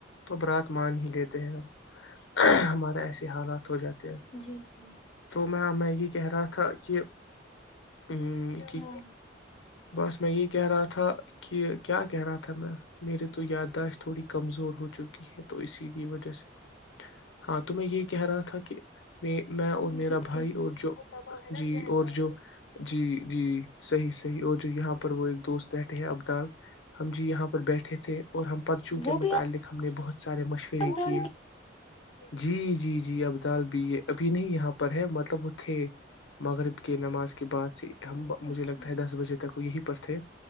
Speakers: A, on the left (about 80°); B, on the left (about 30°).
A: تو اب رات مان ہی لیتے ہیں ہم ہمارا ایسے حالات ہو جاتے ہیں
B: جی جی
A: میںم گی کہہ رہا تھا کہ کہ
B: ہاں
A: بس میں یہ کہہ رہا تھا کہ کیا کہہ رہا تھا میں میرے تو یادداشت تھوڑی کمزور ہو چکی ہے تو اسی کی وجہ سے ہاں تو میں یہ کہہ رہا تھا کہ میں میں اور
B: جیب
A: میرا بھائی
B: کیا
A: اور جو جی اور جو جی جی صحیح صحیح اور جو یہاں پر وہ ایک دوست رہھے ہیں ابدال ہم جی یہاں پر بیٹھے تھے اور ہم پرچوں کے
B: وہ
A: متعلق
B: بھی
A: ہم نے بہت سارے مشورے
B: آپ ڈال
A: کیے جی جی جی عبدال بھی یہ ابھی نہیں یہاں پر پر ہے مطلب وہ تھے مغرب کی نماز کے بعد سے ہم مجھے
B: اچھا
A: لگتا ہے دس بجے تک یہی پر تھے